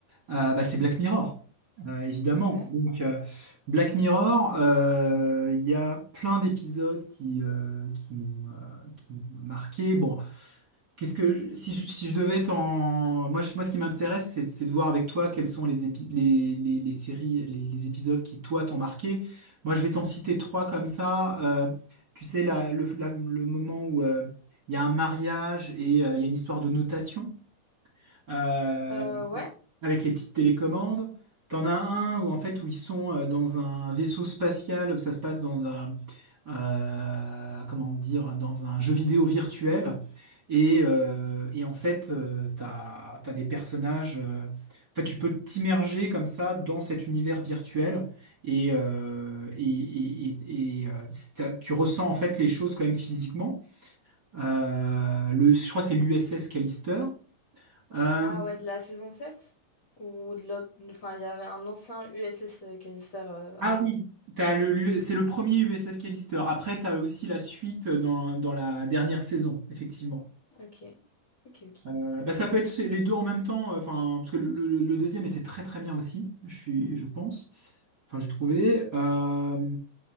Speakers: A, on the right (about 35°); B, on the left (about 40°).
A: Euh, bah, c'est Black Mirror. Euh, évidemment.
B: Ouais.
A: Donc euh, Black Mirror, euh, il y a plein d'épisodes qui euh, qui m'ont euh, qui m'ont marqué. Bon, Qu'est-ce que je- si je, si je devais t'en moi je- moi ce qui m'intéresse c'est c'est de voir avec toi quelles sont les épi- les, les, les séries les, les épisodes qui toi t'ont marqué. Moi je vais t'en citer trois comme ça. Euh, tu sais la, le, la- le moment où euh, il y a un mariage et euh, il y a une histoire de notation euh,
B: Euh, ouais.
A: avec les petites télécommandes. T'en as un où en fait où ils sont euh, dans un vaisseau spatial, où ça se passe dans un euh, comment dire, dans un jeu vidéo virtuel. Et, euh, et en fait, euh, t'as, t'as des personnages. euh, en fait, tu peux t'immerger comme ça dans cet univers virtuel et, euh, et, et, et- et, euh, t'as- tu ressens en fait les choses quand même physiquement. Euh, le, je crois que c'est l'USS Callister. Euh,
B: Ah ouais, de la saison sept Ou de l'autre... Enfin, il y avait un ancien USS euh, Callister euh,
A: Ah
B: avant.
A: oui, t'as le, l'U- c'est le premier USS Callister. Après, t'as aussi la suite dans, dans la dernière saison, effectivement.
B: Ok, ok, ok.
A: Euh, bah, ça peut être les deux en même temps, euh, enfin, parce que le, le- le deuxième était très très bien aussi, je suis, je pense. Enfin, j'ai trouvé. Euh,